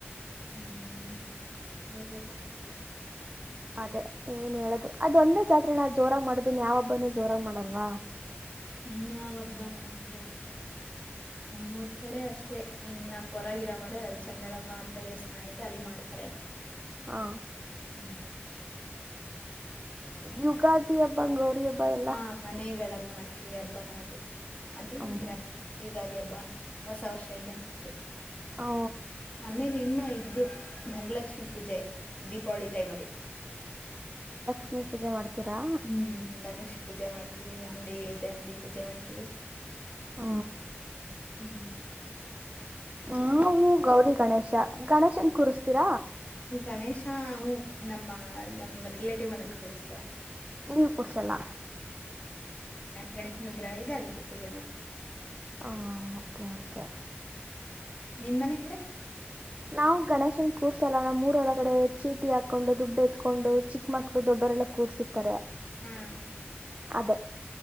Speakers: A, on the left; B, on the right.
A: ಹ್ಮ್ ಹೇಳ್ಬೇಕು
B: ಅದೇ ಏನ್ ಹೇಳೋದು ಅದೊಂದೇ ಜಾತ್ರೆ ನಾ ಜೋರಾಗಿ ಮಾಡೋದು, ಇನ್ಯಾವ ಹಬ್ಬನು ಜೋರಾಗಿ ಮಾಡಲ್ವಾ
A: ಇನ್ ಯಾವ ಹಬ್ಬ ಮಾಡ್ತಾರೆ ನಮ್ಮೂರ ಕಡೆ ಅಷ್ಟೇ ಅಲ್ಲಿ ಪರ್ವಾಗಿರೋ ಮಾಡಿದ್ರೆ ಚೆಂಗಾಳಮ್ಮ ದೇವಸ್ಥಾನ ಅಲ್ಲಿ ಮಾಡ್ತಾರೆ
B: ಹಾ
A: ಹೂ
B: ಯುಗಾದಿ ಹಬ್ಬ ಗೌರಿ ಹಬ್ಬ ಎಲ್ಲ
A: ಹ ಮನೆಗಳಲ್ ಮಾಡ್ತೀವಿ ಹಬ್ಬನ ಅದು ಅದು
B: ಹ
A: <inaudible> ಯುಗಾದಿ ಹಬ್ಬ ಹೊಸ ವರ್ಷ ಇದ್ದಂಟಿಗೆ
B: ಹ
A: ಆಮೇಲ್ ಇನ್ನು ಇದ್ ಧನಲಕ್ಷ್ಮೀ ಪೂಜೆ ದೀಪಾವಳಿ ಟೈಮಲ್ಲಿ.
B: ನೀ ಪೂಜೆ ಮಾಡು ತರಾ
A: ಹ್ಮ್ ಧನಲಕ್ಷ್ಮಿ ಪೂಜೆ ಮಾಡ್ತೀವಿ ಅಂಗ್ಡಿ ಇದೆ ಅಂಗ್ಡಿ ಪೂಜೆ ಮಾಡ್ತೀವಿ
B: ಹ
A: ಹ್ಮ್
B: ನವು ಗೌರಿಗಣೇಶ ಗಣೇಶನ ಕುರಿಸ್ಥಿರ
A: ಈ ಗಣೇಶ ಹ್ಮ್ ನಮ್ಮ ಹ ನಮ್ ರಿಲೇಟಿವ್ ಮನೇಲ್ ಕೂಡುಸ್ತಾರೆ.
B: ನೀವ್ ಕೊಡ್ಸಲ್ಲ
A: ಗಣೇಶನ್ ವಿಗ್ರಹ ಇದೆ ಅದಕ್ಕೆ ಪೂಜೆ ಮಾಡ್ತೀವಿ.
B: ಹಾ ಹಬಬ್ಬಾ
A: ನಿಮ್ ಮನೆ ಕಡೆ
B: ನಾವ್ ಗಣೇಶ್ ನ್ ಕುರ್ಸೋಲ್ಲ ನಮ್ ಊರ್ಒಳ್ಗ್ ಚೀಟಿ ಅಕೊಂಡು ದುಡ್ದು ಎತ್ಕೊಂಡು ಚಿಕ್ಕಾಮಕ್ಳು ದೊಡ್ಡವರು ಕುರ್ಸಿರ್ತರೆ
A: ಹ್ಮ್
B: ಅದೆ.